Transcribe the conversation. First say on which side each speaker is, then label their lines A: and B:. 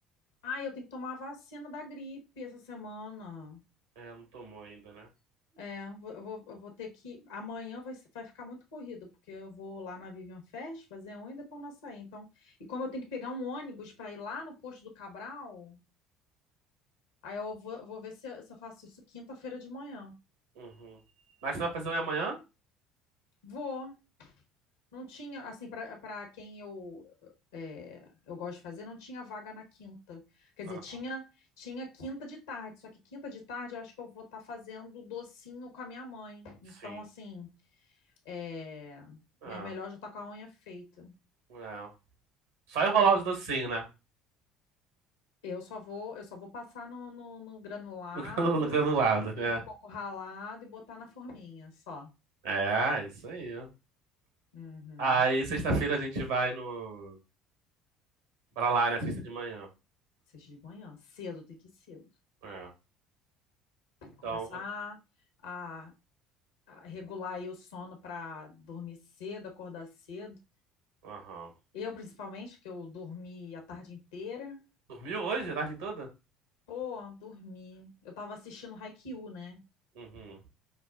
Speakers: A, on the left; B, on the right.
A: Ah, eu tenho que tomar a vacina da gripe essa semana.
B: É, não tomou ainda, né?
A: É, eu vou, eu vou eu vou ter que. Amanhã vai, ser- vai ficar muito corrido, porque eu vou lá na Vivian Fest fazer um e depois nós sair. Então, e como eu tenho que pegar um ônibus para ir lá no posto do Cabral, Aí eu vou, vou ver se eu, se eu faço isso quinta-feira de manhã.
B: Uhum. Mas você vai fazer um amanhã?
A: Vou. Não tinha, assim, para para quem eu é, eu gosto de fazer, não tinha vaga na quinta. Quer
B: Aham.
A: dizer, tinha tinha quinta de tarde, só que quinta de tarde eu acho que eu vou estar fazendo docinho com a minha mãe. Então,
B: Sim.
A: assim, é,
B: É.
A: é melhor já estar com a unha feita.
B: Não. Só enrolar os docinhos, né?
A: Eu só vou eu só vou passar no, no, no granulado,
B: <laughs> No granu- no granulado, né?
A: no coco ralado e botar na forminha, só.
B: É, isso aí. Ó.
A: Uhum.
B: Aí, sexta-feira a gente vai no... pra lá, né? Sexta de manhã.
A: Sexta de manhã, cedo, tem que ir cedo.
B: É. Então,
A: começar
B: bot-
A: a, a regular aí o sono para dormir cedo, acordar cedo.
B: aham.
A: Eu, principalmente, que eu dormi a tarde inteira.
B: Dormiu hoje, a tarde toda?
A: Pô, dormi. Eu tava assistindo Haikyuu, né?
B: Uhum.